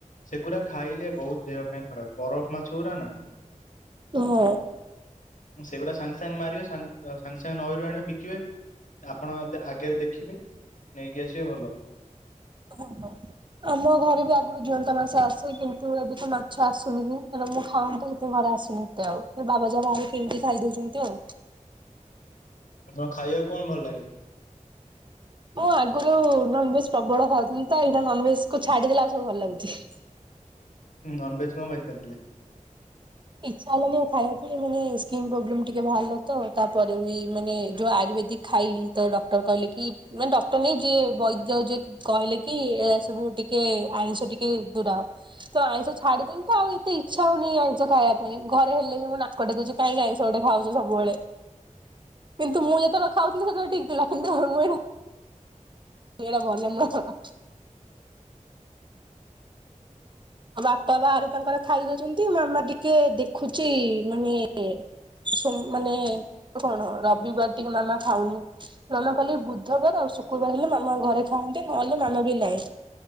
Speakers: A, on the left; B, on the right.
A: ସେଗୁଡା ଖାଇଲେ ବହୁତ ଦେହ ପାଇଁ ଖରାପ ବରଫ ମାଛ ଗୁରା ନା।
B: ଓହ।
A: ସେଗୁଡା ସାଙ୍ଗେ ସାଙ୍ଗେ ମାରିବେ ସାଙ୍ଗେ ସାଙ୍ଗେ ନଈରୁ ଆଣିବେ ବିକିବେ। ଆପଣ ଆଗରେ ଦେଖିବେ ନେଇକି ଆସିବେ ଭଲ।
B: ହ ହୋ। ଆମ ଘରେ ବି ଆଗରୁ ଜୁଅନ୍ତା ମାଛ ଆସେ। କିନ୍ତୁ ଏବେ ତ ମାଛ ଆସୁନି କାରଣ ମୁଁ ଖାଉନି ତ ହେଇଥି ତ ଘରେ ଆସୁନି ଏତେ ଆଉ। ତ ବାବା ଯା ବାହାରେ କିଣିକି ଖାଇଦଉଛନ୍ତି ଆଉ।
A: ଆପଣଙ୍କୁ ଖାଇବାକୁ କଣ ଭଲ ଲାଗେ?
B: ମୁଁ ଆଗରୁ ନନଭେଜ ପ୍ରବଳ ଖାଉଥିଲି ତ ଏଇଟା ନନଭେଜ କୁ ଛାଡିଦେଲେ ଆଉ ସବୁ ଭଲ ଲାଗୁଛି।
A: ହୁ ନନ୍ଭେଜ୍ କଣ ପାଇଁ ଛାଡିଦେଲେ?
B: ଇଛା ହେଲାନି ଆଉ ଖାଇବା ପାଇଁ ମାନେ ସ୍କିନ୍ ପ୍ରୋବ୍ଲେମ ଟିକେ ବାହାରିଲା ତ ତାପରେ ବି ମାନେ ଯୋଉ ଆୟୁର୍ବେଦିକ୍ ଖାଇଲି ତ ଡକ୍ଟର କହିଲେ କି ମାନେ ଡକ୍ଟର ନାଇଁ ଯିଏ ବୈଦ୍ୟ ଯିଏ କହିଲେ କି ଏରା ସବୁ ଟିକେ ଆଇିଁଷ ଟିକେ ଦୂରାଅ। ତ ଆଇଁଷ ଛାଡିଦେଇନ ତ ଆଉ ଏତେ ଇଚ୍ଛା ହଉନି ଆଉ ସ ଖାଇବା ପାଇଁ ଘରେ ହେଲେ ବି ମୁଁ ନାକଟେକୁଚି କାହିଁକି ଆଇଁଷ ଗୋଟେ ଖାଉଚ ସବୁବଳେ। କିନ୍ତୁ ମୁଁ ଯେତେବେଳେ ଖାଉଥିଲି ସେତେବେଳେ ଠିକ୍ ଥିଲା କିନ୍ତୁ ମୁଁ <unintelligible> ଏଇଟା ଭଲ ନୁହଁ ହ। ଆଉ ବାପା ବାହାରେ ତାଙ୍କର ଖାଇ ଦଉଚନ୍ତି ମାମା ଟିକେ ଦେଖୁଚି ମାନେ ସୋମ୍ ମାନେ କଣ ରବିବାର ଟିକେ ମାମା ଖାଉନି। ମାମା ଖାଲି ବୁଧବାର ଆଉ ଶୁକ୍ରବାର ହେଲେ ମାମା ଘରେ ଖାଆନ୍ତି ନହେଲେ ମାମା ବି ନାଇ।